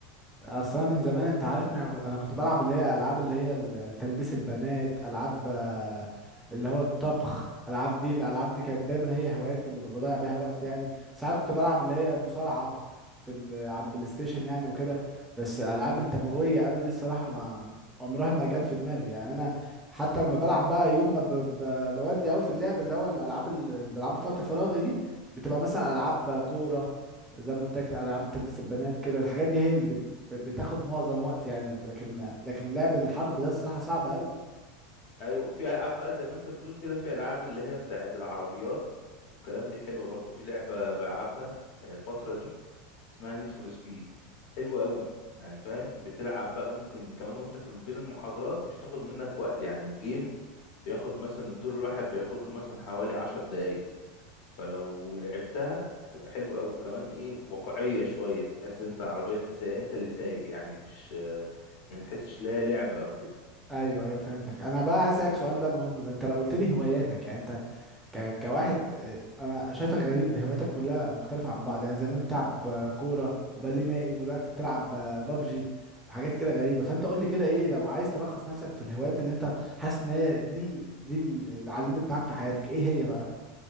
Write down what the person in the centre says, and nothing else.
اصلا من زمان انت عارفني انا أنا كنت بلعب اللي هي العاب اللي هي ال- تلبيس البنات العاب آه، اللي هو الطبخ العاب دي الالعاب دي كانت دايما هي هواياتي اللي بضيع بيها وقت يعني ساعات كنت بلعب اللي هي مصارعة في ال- على البلاي ستيشن يعني وكده بس الالعاب الدموية قوي دي الصراحة ما عمرها ما جت في دماغي يعني انا حتى لما بلعب بقى يوم ما ب... ب... بودي قوي في اللعب اللي هو الالعاب اللي بلعبها في وقت فراغي دي بتبقى مثلا العاب كورة زي ما قلت لك العاب تلبيس البنات كده الحاجات دي هي اللي بتاخد معظم وقت يعني انت لكن لكن لعب الحرب ده الصراحه صعب قوي
ايوه ايوه فهمتك انا بقى عايز اسالك سؤال بقى مهم بقى انت لو قلت لي هواياتك يعني انت ك... كواحد آه، انا شايفك غريب هواياتك كلها مختلفه عن بعض يعني زمان بتلعب آه، كوره وبالي مائي ودلوقتي بتلعب آه، بابجي وحاجات كده غريبه فانت قول لي كده ايه لو عايز تلخص نفسك في الهوايات اللي انت حاسس ان هي دي ال- دي ال- اللي علمت معاك في حياتك ايه هي بقى